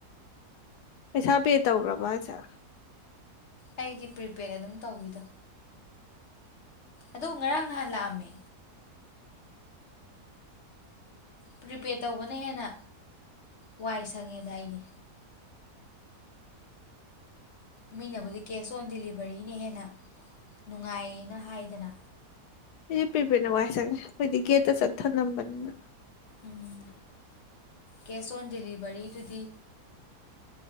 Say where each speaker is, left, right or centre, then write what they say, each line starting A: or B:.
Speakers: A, on the left; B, on the left.
A: ꯄꯩꯁꯥ ꯄꯦ ꯇꯧꯒ꯭ꯔꯕꯣ ꯍꯥꯏꯁꯦ
B: ꯑꯩꯒꯤ ꯄ꯭ꯔꯤꯄꯦꯗ ꯑꯗꯨꯝ ꯇꯧꯏꯗ ꯑꯗꯨ ꯉꯔꯥꯡ ꯅꯍꯥꯟ ꯂꯥꯛꯑꯝꯃꯦ ꯄ꯭ꯔꯤꯄꯦꯗ ꯇꯧꯕꯅ ꯍꯦꯟꯅ ꯋꯥꯏ ꯁꯪꯉꯦꯗ ꯑꯩꯗꯤ ꯃꯤꯅꯕꯨꯗꯤ ꯀꯦꯁ ꯑꯣꯟ ꯗꯤꯂꯤꯚꯔꯤꯅ ꯍꯦꯟꯅ ꯅꯨꯡꯉꯥꯏꯌꯦꯅ ꯍꯥꯏꯗꯅ
A: ꯑꯩ ꯄ꯭ꯔꯤꯄꯦꯗꯅ ꯋꯥꯏ ꯁꯪꯉꯦ ꯑꯩꯈꯣꯏꯗꯤ ꯒꯦꯠꯇ ꯁꯠ ꯊꯅꯝꯕꯅꯤꯅ
B: ꯎꯝ ꯀꯦꯁ ꯑꯣꯟ ꯗꯤꯂꯤꯚꯔꯤꯗꯨꯗꯤ